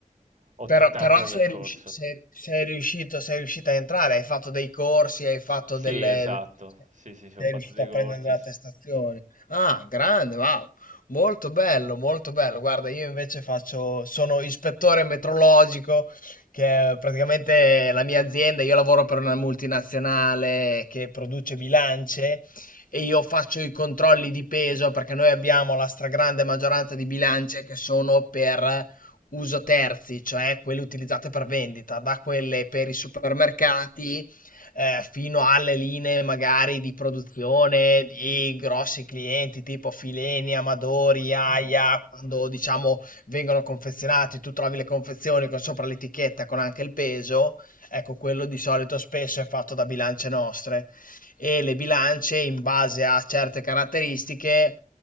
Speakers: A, on the right; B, on the left.
A: ho
B: Però,
A: tutt'altro
B: però sei
A: percorso.
B: riusci- sei- sei riuscito, sei riuscito a entrare, hai fatto dei corsi, hai fatto
A: Sì,
B: delle...
A: esatto, sì, sì, sì,
B: Sei
A: ho fatto
B: riuscito
A: dei
B: a
A: corsi.
B: prendere la
A: e s-
B: attestazione. Ah, grande, wow. Molto bello, molto bello. Guarda, io invece faccio, sono ispettore metrologico, che è praticamente la mia azienda. Io lavoro per una multinazionale che produce bilance e io faccio i controlli di peso perché noi abbiamo la stragrande maggioranza di bilance che sono per uso terzi, cioè quelle utilizzate per vendita, da quelle per i supermercati eh, fino alle linee magari di produzione di grossi clienti tipo Fileni, Amadori, Aia,
A: Mm.
B: quando diciamo vengono confezionati, tu trovi le confezioni con sopra l'etichetta con anche il peso, ecco quello di solito spesso è fatto da bilance nostre e le bilance in base a certe caratteristiche